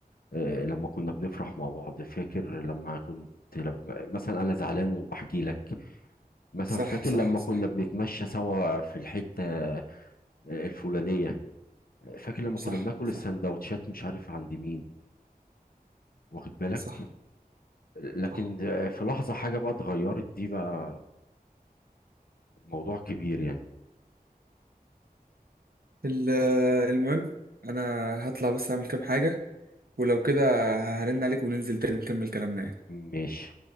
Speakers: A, on the left; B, on the right.
A: آه، لما كنا بنفرح مع بعض فاكر لما كنت لما مثلا انا زعلان وبحكي لك مثلا
B: صح
A: فاكر
B: صح
A: لما
B: صح
A: كنا بنتمشى سوا في الحته آه، الفلانيه فاكر لما
B: صح
A: كنا بناكل
B: صح
A: السندوتشات مش عارف عند مين واخد بالك
B: صح
A: لكن
B: صح
A: آه، في لحظه حاجه بقى اتغيرت دي بقى موضوع كبير يعني
B: ال- آه، المهم انا هطلع بس اعمل كام حاجة ولو كده هرن عليك وننزل تاني نكمل كلامنا يعني.
A: ماشي